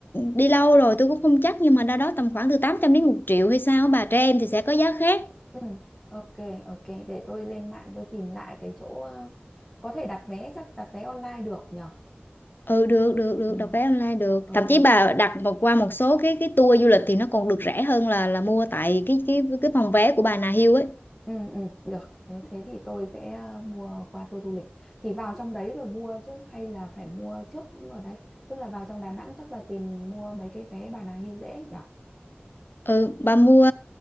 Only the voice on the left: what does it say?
đi lâu rồi tôi cũng không chắc nhưng mà đâu đó tầm khoảng từ 800 đến một triệu hay sao á, bà trẻ em thì sẽ có giá khác
ừ được được được
đặt vé online được
thậm chí bà đặt mà qua một số cái cái tour du lịch thì nó còn được rẻ hơn là là mua tại cái cái cái phòng vé của bà Nà Hills ấy
ừ bà mua